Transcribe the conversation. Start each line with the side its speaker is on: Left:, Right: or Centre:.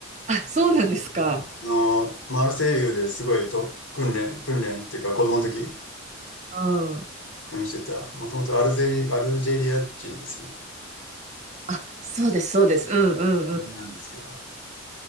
Right: あ、そうなんですか。
Left: あの、マルセイユですごいと訓練、訓練っていうか子供の時、
Right: うん。
Left: 加入してた、もともとアルゼリ、アルジェリア人ですよね。
Right: あ、そうです、そうです。うんうんうん。
Left: なんですけど、